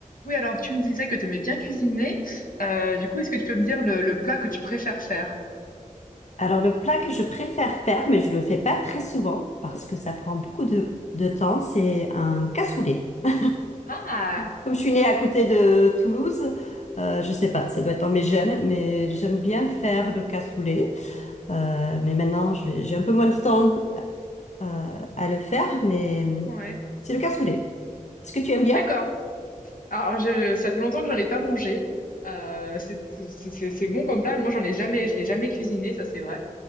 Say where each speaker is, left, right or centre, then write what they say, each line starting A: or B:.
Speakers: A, on the left; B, on the left.
A: Oui, alors tu me disais que tu aimais bien cuisiner. Euh, du coup, est-ce que tu peux me dire le, le plat que tu préfères faire?
B: Alors le plat que je préfère faire, mais je le fais pas très souvent parce que ça prend beaucoup de, de temps, c'est un cassoulet. <laughs>
A: Ah,
B: Comme je suis née à côté de Toulouse, euh, je sais pas, ça doit être dans mes gènes, mais j'aime bien faire le cassoulet. Euh, mais maintenant, j'ai j'ai un peu moins de temps euh, à le faire, mais euh,
A: ouais,
B: c'est le cassoulet. Est-ce que tu aimes bien?
A: d'accord. Alors, je, ça fait longtemps que j'en ai pas mangé. Euh, c'est c'est- c'est- c'est bon comme plat. Moi, j'en ai jamais, je l'ai jamais cuisiné, ça c'est vrai.